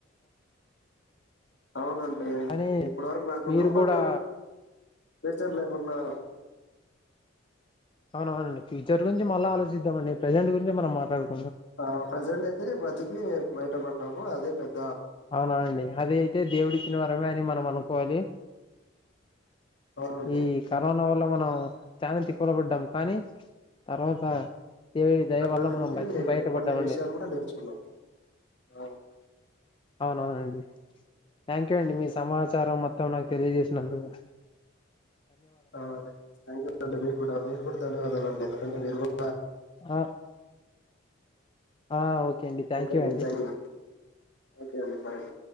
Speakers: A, on the left; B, on the left.
A: అవునండి
B: అని
A: ఇప్పుడ్ వరకు బకున్నాం
B: మీరు
A: బట్
B: కూడా
A: ఫ్యూచర్లో ఏమన్నా
B: అవునవునండి ఫ్యూచర్ గురించి మళ్ళ ఆలోచిద్దామండి ప్రజెంట్ గురించే మనం మాట్లాడు
A: ఆ ప్రెజెంట్ అయితే బ్రతికి బయటపడ్డాము అదే పెద్
B: అవునవునండి అది అయితే దేవుడిచ్చిన వరమే అని మనం అనుకోవాలి
A: అవునండి
B: ఈ కరోనా వల్ల మనం చానా తిప్పలు పడ్డాం కానీ తర్వాత దేవుని దయ వల్ల
A: దాని నుంచి
B: మనం బతికి బయటపడ్డామండి
A: కొన్ని విషయాలు కూడా నేర్చుకున్నాం ఆ,
B: అవునవునండి థ్యాంక్ యూ అండి మీ సమాచారం మొత్తం నాకు తెలియజేస్నందుకు
A: ఆ థ్యంకు అండి మీ గూడా మీక్ గూడా ధన్యవాదాలు అండి ఎందుకంటే మీరు <inaudible>
B: ఆ ఆ ఓకే అండి థ్యాంక్యూ
A: ఓకే
B: అండి
A: థ్యాంక్ యూ ఓకే అండి బాయ్ అండి